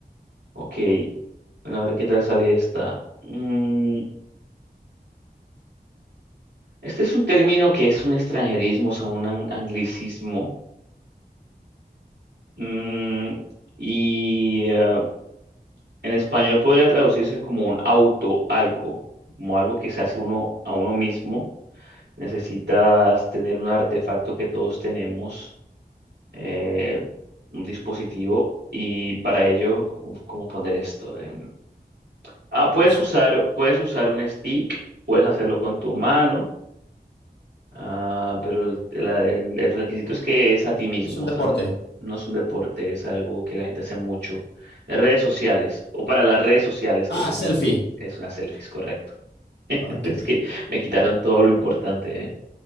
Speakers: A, on the right; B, on the left.
A: Ok, bueno, a ver qué tal sale esta. Mm, este es un término que es un extranjerismo, o sea, un an- anglicismo. Mm, y eh, en español podría traducirse como un auto, algo, como algo que se hace uno a uno mismo. Necesitas tener un artefacto que todos tenemos, eh, un dispositivo, y para ello, uf, ¿cómo poner esto? Em, ah, puedes
B: Buf.
A: usar, puedes usar un stick, puedes hacerlo con tu mano. Ah, pero el, la- el- el requisito es que es a ti mismo,
B: Es un deporte.
A: o sea, no es un deporte, es algo que la gente hace mucho. Redes sociales, o para las redes sociales, creo
B: Ah,
A: que es
B: selfie.
A: más, es una selfie, es correcto. <laughs>
B: Ok.
A: Es que me quitaron todo lo importante, ¿eh?